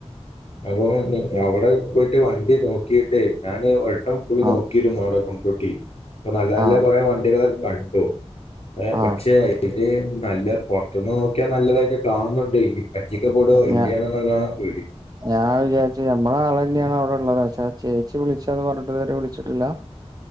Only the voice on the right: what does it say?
ആഹ്
ആഹ്
ആഹ്
ഞ
ഞാൻ വിചാരിച്ചു, ഞമ്മടെയാ ളുതന്നെയാണവിടെയുള്ളത് പക്ഷെയാ ചേച്ചി വിളിച്ചതുപറഞ്ഞിട്ടിതുവരെ വിളിച്ചിട്ടില്ലാ